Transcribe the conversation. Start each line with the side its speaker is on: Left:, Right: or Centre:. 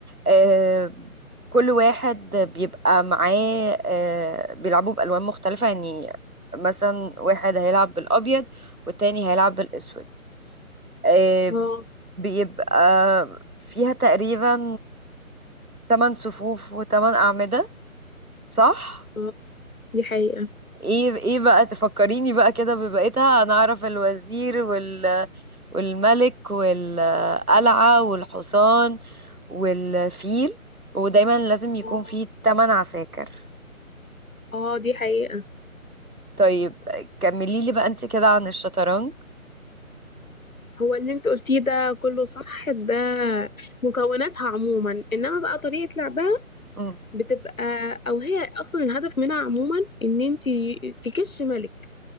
Right: آه، كل واحد بيبقى معاه آه، بيلعبوا بالوان مختلفه يعني مثلا واحد هيلعب بالابيض والتاني هيلعب بالاسود آه،
Left: اه
Right: بيبقى فيها تقريبا 8 صفوف و8 اعمده صح
Left: اه دي حقيقة
Right: ايه ايه بقى تفكريني بقى كده ببقيتها انا اعرف الوزير وال والملك والقلعة والحصان والفيل ودايما لازم يكون
Left: اه
Right: فيه تمن عساكر
Left: آه، دي حقيقة
Right: طيب كملي لي بقى انت كده عن الشطرنج
Left: هو اللي انت قلتيه ده كله صح ده مكوناتها عموما انما بقى طريقة لعبها
Right: امم
Left: بتبقى او هي اصلا الهدف منها عموما ان انت تكش ملك